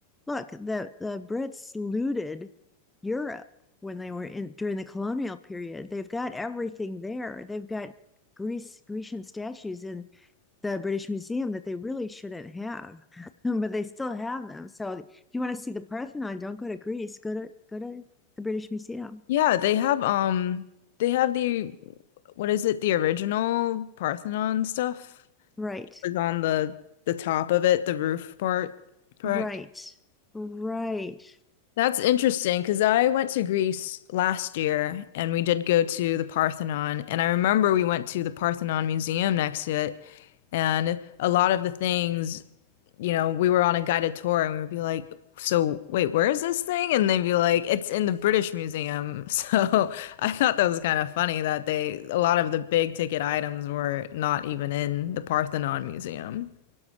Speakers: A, in the centre; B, on the left (about 55°).
A: look, the the Brits looted Europe when they were in during the colonial period. They've got everything there. They've got Greece Grecian statues in the British Museum that they really shouldn't have, <laughs> but they still have them. So if you want to see the Parthenon, don't go to Greece. Go to go to the British Museum.
B: yeah they have um they have the what is it the original Parthenon stuff
A: Right,
B: was on the the top of it, the roof part, correct?
A: right, right.
B: That's interesting because I went to Greece last year and we did go to the Parthenon. And I remember we went to the Parthenon Museum next to it. And a lot of the things, you know, we were on a guided tour and we would be like, So, wait, where is this thing? And they'd be like, It's in the British Museum. <laughs> So I thought that was kind of funny that they, a lot of the big ticket items were not even in the Parthenon Museum.